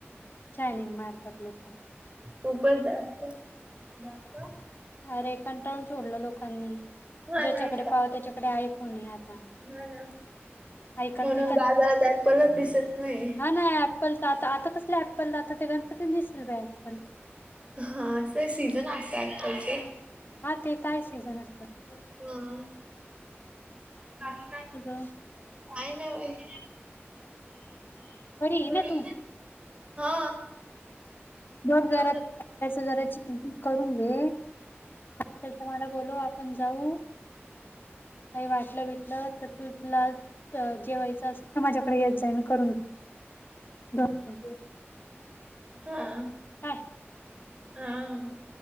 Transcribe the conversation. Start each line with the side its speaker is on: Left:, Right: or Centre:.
Left: यनिंग मारतात लोक
Right: खूपच जास्त जास्त
Left: ते कंटाळून सोडलं लोकांनी तरी
Right: हा
Left: ज्याच्याकडे
Right: ना हा
Left: पाह त्याच्याकडे आय फोन पण आहे आता.
Right: ना
Left: ऐकत
Right: म्हणून
Left: ते तर
Right: बाजारात ऍपलच दिसत नाही
Left: हा ना ऍप्पल आता आता कसले ऍपलला आ ते गणपती दिसेल बा ऍप्पल
Right: हा अस सीझन असत आजकालचे
Left: हा ते तही सीझन असतात.
Right: हा. काय
Left: तुझ
Right: नई बई.
Left: आहे
Right: बरी
Left: ना तू
Right: हा.
Left: बघ
Right: हा
Left: जराच जराची कि करून घे तरच्या म्हाला बोलो आपण जाऊ का वाटलं बटलं तर तुला जेवायचं अस माझ्या डे करून दोन
Right: हा
Left: ह
Right: हा ह